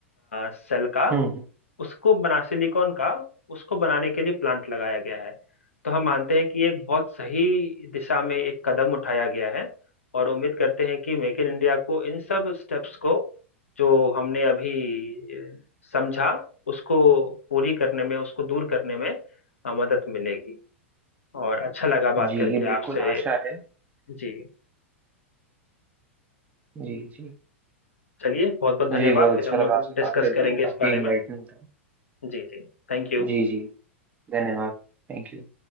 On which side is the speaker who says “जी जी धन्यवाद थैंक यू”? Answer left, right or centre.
Right